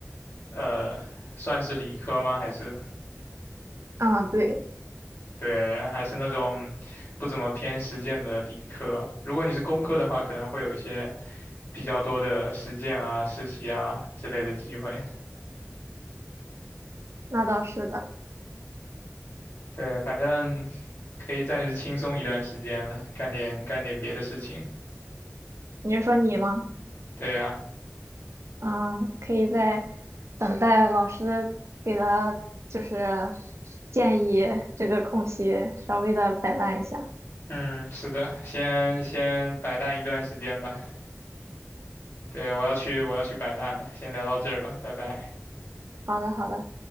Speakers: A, on the left (about 55°); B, on the right (about 65°).
A: 呃，算是理科吗？还是
B: 啊，对，
A: 对，还是那种不怎么偏实践的理科。如果你是工科的话，可能会有一些比较多的实践啊、实习啊之类的机会。
B: 那倒是的。
A: 对，反正可以暂时轻松一段时间了，干点干点别的事情。
B: 你是说你吗？
A: 对呀。
B: 嗯，可以在等待老师给的，就是建议这个空隙稍微的摆烂一下。
A: 嗯，是的，先先摆烂一段时间吧。对，我要去，我要去摆烂了，先聊到这儿吧，拜拜。
B: 好的，好的。